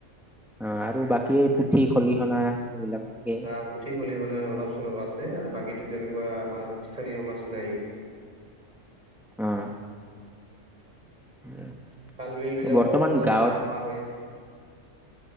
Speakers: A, in the centre; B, on the right.
A: অঁ। বাকী আৰু পুঠি, খলিহনা এইবিলাককেই।
B: আহ পুঠি, খলিহনা অলপ-চলপ আছে আৰু বাকীতো তেনেকুৱা আমাৰ স্থানীয় মাছ নাইয়েই।
A: অঁ। <unintelligible>
B: খাল-বিল বিলাকত
A: বৰ্তমান
B: লাহে-লাহে
A: গাঁৱত
B: নোহোৱা হৈ আছে।